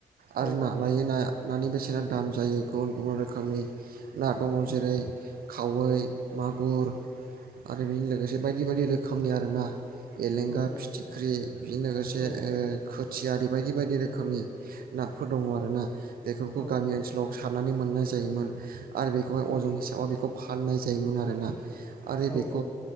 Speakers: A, on the right; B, on the left.
A: आरो
B: औ
A: ना
B: औ नोंथां
A: लायो
B: औ
A: नाया नानि बेसेना दाम जायो गुबुन गुबुन रोखोमनि ना दङ जेरै खावै मागुर आरो बेजों लोगोसे बायदि बायदि रोखोमनि आरोना बेलेंगा
B: औ औ
A: फिथिख्रि बेजों लोगोसे
B: औ औ
A: खोथियारि बायदि बायदि रोखोमनि नाफोर दङ आरोना बेफोरखौ
B: औ
A: गामि ओनसोलाव सारनानै मोननाय जायोमोन आरो बेखौहाय
B: औ
A: अजन हिसाबै बेखौ फाननाय जायोमोन आरोना आरो
B: औ
A: बे
B: औ